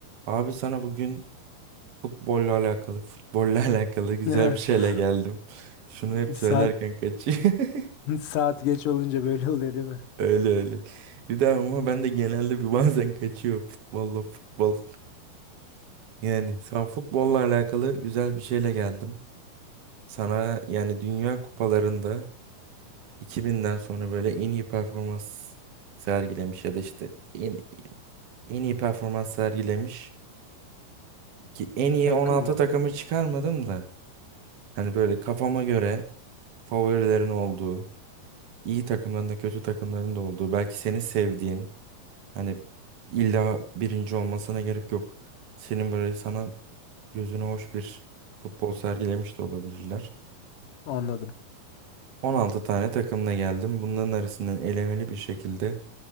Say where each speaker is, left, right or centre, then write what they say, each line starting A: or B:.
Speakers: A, on the right; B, on the left.
A: Abi sana bugün futbolla alakalı, futbolla <laughs> alakalı güzel
B: <laughs>
A: bir şeyle geldim. Şunu hep
B: Saat
A: söylerken kaçıyor. <laughs>
B: saat geç olunca böyle oluyor değil mi?
A: Öyle öyle. Bir de ama ben de genelde bir bazen kaçıyor futbolla futbol. Yani sana futbolla alakalı güzel bir şeyle geldim. Sana yani Dünya Kupalarında 2000'den sonra böyle en iyi performans sergilemiş ya da işte en, en iyi performans sergilemiş. Ki en iyi
B: Takım
A: 16
B: mı?
A: takımı çıkarmadım da. Hani böyle kafama göre favorilerin olduğu, iyi takımların da kötü takımların da olduğu, belki senin sevdiğin, hani illa birinci olmasına gerek yok. Senin böyle sana gözüne hoş bir futbol sergilemiş de olabilirler.
B: Anladım.
A: 16 tane takımla geldim. Bunların arasından elemeli bir şekilde